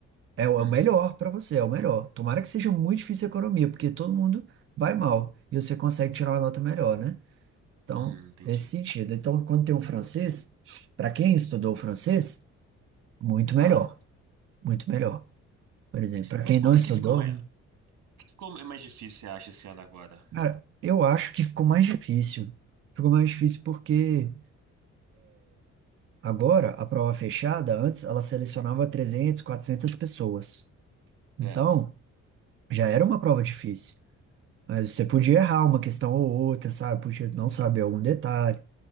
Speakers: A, on the right; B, on the right.
A: é o
B: Uhum.
A: é o melhor para você, é o melhor. Tomara que seja muito difícil a economia, porque todo mundo vai mal e você consegue tirar uma nota melhor, né? Então,
B: Hum, entendi.
A: nesse sentido. Então, quando tem um francês, para quem estudou francês, muito melhor,
B: Ah,
A: muito melhor. Por exemplo, para
B: mas
A: quem
B: por
A: não
B: que
A: estudou.
B: que ficou mais, que ficou mais difícil, você acha, esse ano agora?
A: Cara, eu acho que ficou mais difícil. Ficou mais difícil porque agora a prova fechada, antes ela selecionava 300, 400 pessoas. Então,
B: Certo.
A: já era uma prova difícil. Mas você podia errar uma questão ou outra, sabe? Podia não saber algum detalhe.